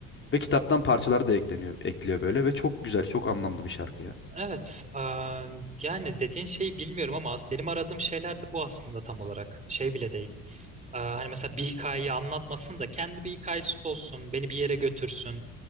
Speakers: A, on the left; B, on the right.
A: Ve kitaptan parçalar da ekleniyor, ekliyor böyle ve çok güzel, çok anlamlı bir şarkı ya.
B: Evet, eee, yani dediğin şeyi bilmiyorum ama as- benim aradığım şeyler de bu aslında tam olarak. Şey bile değil. Eee, hani mesela bir hikayeyi anlatmasın da kendi bir hikayesi olsun, beni bir yere götürsün.